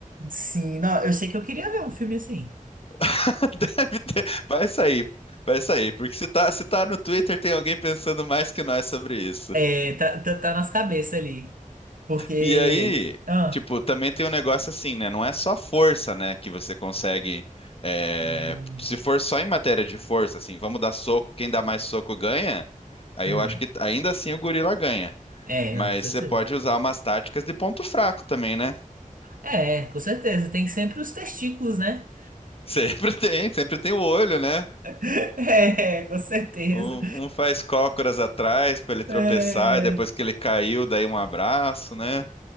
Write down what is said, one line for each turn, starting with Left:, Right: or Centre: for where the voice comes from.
Right: Sim, não, eu sei que eu queria ver um filme assim.
Left: <laughs> Deve ter, vai sair, vai sair, porque se tá, se tá no Twitter tem alguém pensando mais que nós sobre isso.
Right: É, tá, tá, tá nas cabeças ali. Porque.
Left: E aí,
Right: Ah,
Left: tipo, também tem um negócio assim, né? Não é só força, né, que você consegue. é,
Right: hum,
Left: se for só em matéria de força, assim, vamos dar soco, quem dá mais soco ganha. Aí
Right: hum.
Left: eu acho que ainda assim o gorila ganha.
Right: É,
Left: Mas
Right: não, com certeza.
Left: você pode usar umas táticas de ponto fraco também, né?
Right: É, com certeza. Tem sempre os testículos, né?
Left: Sempre <laughs> tem, sempre tem o olho, né?
Right: <laughs> É, com certeza.
Left: Um, um faz cócoras atrás pra ele tropeçar,
Right: É.
Left: e depois que ele caiu, daí um abraço, né?